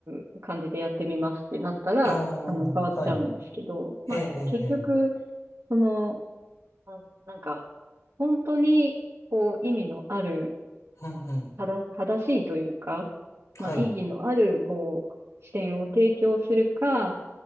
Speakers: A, on the right; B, on the left.
A: う感じでやってみますってなったら、
B: ああ、
A: あの、変わっちゃうんですけど、
B: はい。ええ、
A: まあ、
B: ええ、
A: 結局、
B: ええ
A: その、ななんか、本当に、こう、意味のある、
B: うん、うん。
A: ただ、正しいというか、
B: はい。
A: まあ、意義のある、こう、視点を提供するか、